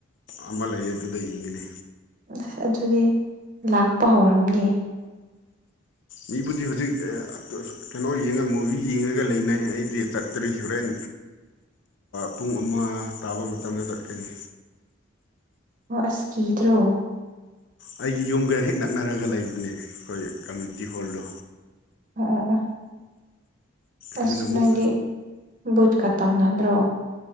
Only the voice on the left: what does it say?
ꯑꯃ ꯂꯩꯌꯦ ꯑꯗꯨꯗ ꯌꯦꯡꯒꯅꯤ
ꯃꯤꯕꯨꯗꯤ ꯍꯧꯖꯤꯛ ꯀꯩꯅꯣ ꯌꯦꯡꯉ ꯃꯨꯚꯤ ꯌꯦꯡꯉꯒ ꯂꯩꯅꯩ ꯑꯩꯗꯤ ꯆꯠꯇ꯭ꯔꯤ ꯍꯣꯔꯦꯟ
ꯄꯨꯡ ꯑꯃ ꯇꯥꯕ ꯃꯇꯝꯗ ꯆꯠꯀꯅꯤ
ꯑꯩꯒꯤ ꯌꯨꯝꯒ ꯍꯦꯛ ꯅꯛꯅꯔꯒ ꯂꯩꯕꯅꯦ ꯑꯩꯈꯣꯏ ꯀꯝꯃꯨꯅꯤꯇꯤ ꯍꯣꯜꯗꯣ
ꯑꯗꯨꯅ
ꯑꯃꯨꯛ